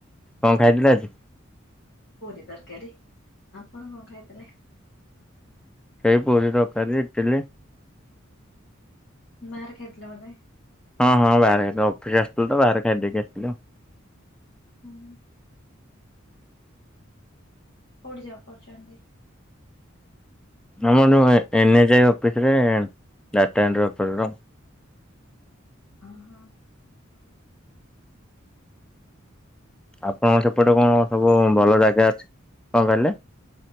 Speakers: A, in the centre; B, on the left (about 55°).
A: କଣ ଖାଇଥିଲ ଆଜି?
B: ପୁରୀ ତରକାରୀ। ଆପଣ କଣ ଖାଇଥିଲେ?
A: ସେଇ ପୁରୀ ତରକାରୀ, ଇଟିଲି
B: ବାହାରେ ଖାଇଥିଲ ବୋଧେ?
A: ହଁ ହଁ ବାହାରେ ଖାଇଥିଲି। ଅଫିସ ଆସିଥିଲୁ ତ ବାହାରେ ଖାଇଦେଇକି ଆସିଥିଲୁ।
B: ହୁଁ। କୋଉଠି ଜବ୍ କରୁଛନ୍ତି?
A: ଆମର ନୁହେଁ ଏନ୍ ଏଚ୍ ଆଇ ଅଫିସ୍ ରେ ଡାଟା ଏଣ୍ଟ୍ରି ଓପରେଟର।
B: ଅହଁ, ମଲା।
A: ଆପଣଙ୍କ
B: ଆଉ
A: ସେପଟେ କଣ
B: ଘରେ
A: ସବୁ
B: ସମସ୍ତେ କେମିତି
A: ଭଲ
B: ଅଛନ୍ତି?
A: ଜାଗା ଅଛି? କଣ କହିଲେ?